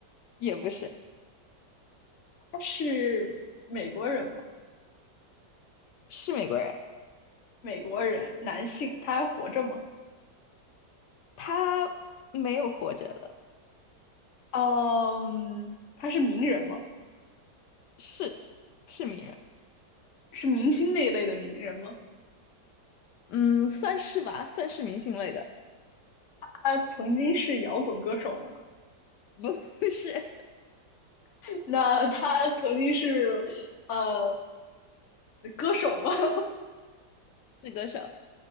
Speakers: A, on the left; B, on the left.
A: 也不是，
B: 她是美国人吗？
A: 是美国人，
B: 美国人，男性，他还活着吗？
A: 他没有活着了，
B: 嗯，他是名人吗？
A: 是是名人，
B: 是明星那一类的名人吗？
A: 嗯，算是吧，算是明星类的，
B: 他曾经是摇滚歌手吗？
A: 不 <laughs> 是，
B: <laughs> 那他曾经是呃歌手吗？<laughs>
A: 是歌手，